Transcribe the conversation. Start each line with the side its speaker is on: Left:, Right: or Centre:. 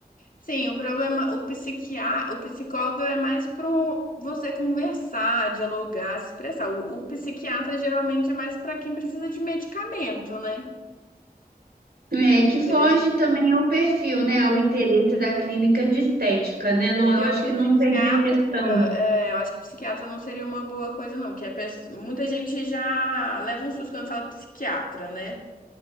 Left: Sim, o problema, o psiquiatra, o psicólogo é mais para você conversar, dialogar, se expressar. O, o psiquiatra geralmente é mais para quem precisa de medicamento, né?
Right: É, que foge
Left: Eles-
Right: também ao perfil, né? Ao interesse da clínica de estética, né?
Left: porque
Right: Não, eu acho
Left: o psiquiatra,
Right: que não seria questão.
Left: é, eu acho que psiquiatra não seria uma boa coisa, não, porque a pessoa- muita gente já leva um susto quando fala psiquiatra, né?